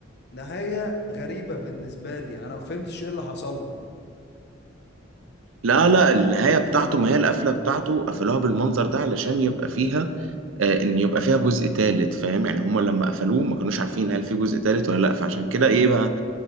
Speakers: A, on the left (about 55°); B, on the right (about 70°).
A: نهاية غريبة بالنسبة لي انا ما فهمتش ايه اللي حصل له
B: لا لا النهاية بتاعته ما هي القفلة بتاعته قفلوها بالمنظر ده علشان يبقى فيها آه، ان يبقى فيها جزء تالت فاهم يعني هما لما قفلوه ما كانوش عارفين هل في جزء تالت ولا لا فعشان كده ايه بقى